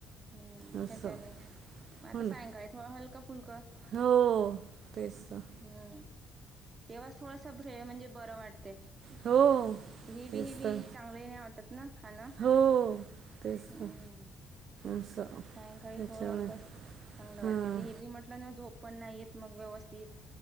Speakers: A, on the right; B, on the right.
A: हम्म
B: असं
A: त्याच्याने मग आता
B: हो ना
A: सायंकाळी थोडं हलका फुलक.
B: हो तेच ना.
A: हम्म तेव्हाच थोडस म्हणजे बरं वाटते.
B: हो
A: हेवी
B: तेच
A: हेवी
B: तर
A: चांगले नाही वाटत ना खाणं?
B: हो तेच
A: हम्म
B: तर असं.
A: सायंकाळी
B: त्याच्यामुळे
A: थोडं हलकं चांगलं
B: हां
A: वाटते ते हेवी म्हटलं ना झोप पण नाही येत मग व्यवस्थित.